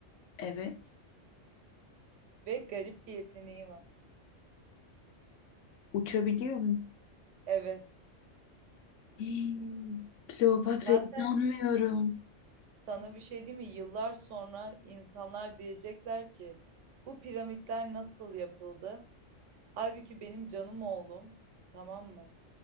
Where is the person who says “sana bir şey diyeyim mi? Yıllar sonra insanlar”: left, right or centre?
Right